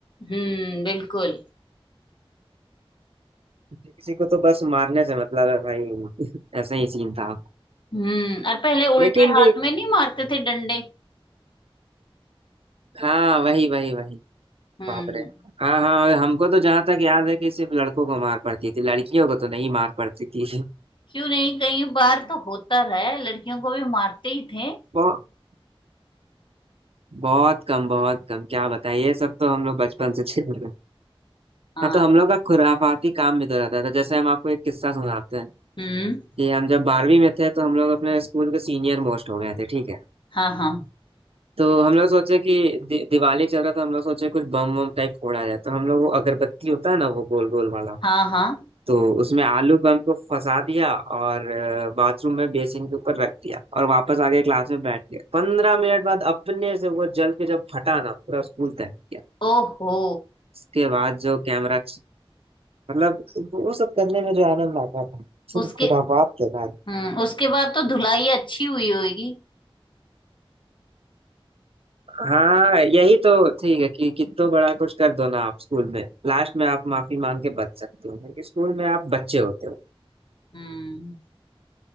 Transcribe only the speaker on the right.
किसी को तो बस मारने से मतलब है भाई ऐसा ही सीन था
लेकिन
भी
हाँ वही वही वही
बाप रे हाँ हाँ और हमको तो जहाँ तक याद है कि सिर्फ लड़कों को मार पड़ती थी लड़कियों को तो नहीं मार पड़ती थी
<laughs> बहुत कम बहुत कम क्या बताएं ये सब तो हम लोग बचपन से झेल रहे हैं
हाँ तो हम लोग का खुराफाती काम भी तो रहता था जैसे हम आपको एक किस्सा सुनाते हैं
कि हम जब बारहवीं में थे तो हम लोग अपने स्कूल के सीनियर मोस्ट हो गए थे ठीक है
तो हम लोग सोचे कि दि दिवाली चल रहा था हम लोग सोचे कुछ बम बम टाइप फोड़ा जाए तो हम लोग वो अगरबत्ती होता है ना वो गोल गोल वाला
तो उसमें आलू बम को फंसा दिया और बाथरूम में बेसिन के ऊपर रख दिया और वापस आके क्लास में बैठ गया पंद्रह मिनट बाद अपने से वो जल के जब फटा ना पूरा स्कूल तक
उसके बाद जो कैमरा मतलब वो सब करने में जो आनंद आता था <laughs> सिर्फ
खुराफात थे भाई
हाँ यही तो ठीक है कि कितो बड़ा कुछ कर दो ना आप स्कूल में लास्ट में आप माफी मांग के बच सकते हो क्योंकि स्कूल में आप बच्चे होते हो